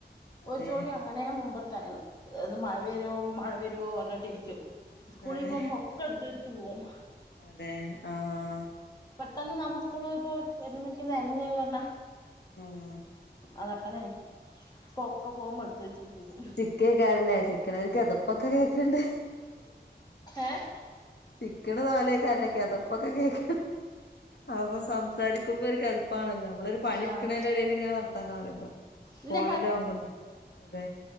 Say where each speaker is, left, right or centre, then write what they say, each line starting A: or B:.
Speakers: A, on the left; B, on the left.
A: അതെ
B: ഒരു ജോടി അങ്ങനെ മുമ്പറ്ത്തായിരുന്നു. അത് മഴ
A: അതെ
B: വരോ മഴ വരോ പറഞ്ഞിട്ടിരിക്കും. സ്കൂളി
A: അതെ
B: പോവുമ്പോൾ ഒക്കെ എടുത്ത് വെച്ചിട്ട് പോവും.
A: അതെ ആഹ്
B: പെട്ടെന്ന് നമ് സ്കൂള് പോവു അര മിൻറ്റ് <unintelligible> <unintelligible>
A: ഏഹ്
B: അതാണ്. ഇപ്പ ഒക്കെ പോകുമ്പ ഇട്ത്ത് വെച്ചിട്ട് പോകും.
A: ചിക്കേ കാരലെ. ചിക്ക്ണെ കെതെപ്പൊക്കെ കേക്ക്ണ്ട്.
B: ഏഹ്
A: ചിക്ക്ണ് സൊഹലൊക്കാരലെ. കെതെപ്പൊക്കെ കേക്ക അപ്പൊ സംസാരിക്കുമ്പോ ഒരു കെത ഇപ്പാണല്ലോ. നമ്മളൊരു പണി
B: ആഹ്
A: ഇരിക്ക്ണേന്റെ എടേല് ഇങ്ങനെ വർത്താനം പറിമ്പള
B: ഇല്ല
A: ഫോണിലാവുമ്പള്. അതെ